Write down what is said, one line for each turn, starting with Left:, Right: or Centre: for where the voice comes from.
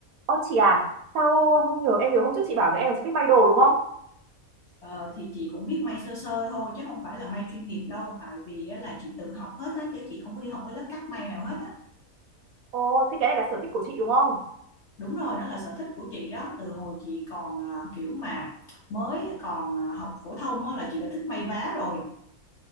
Right: Ô chị à, sao không hiểu? em nhớ hôm trước chị bảo với em là chị biết may đồ đúng không?
Left: Ờ, thì chị cũng biết may sơ sơ thôi chứ không phải là may chuyên nghiệp đâu tại vì á, là chị tự học hết á chứ chị không có đi học cái lớp cắt may nào hết á
Right: Ồ, thế cái này là sở thích của chị đúng không?
Left: đúng rồi đó là sở thích của chị đó từ hồi chị còn à, kiểu mà mới còn à, học phổ thông á, là chị đã thích may vá rồi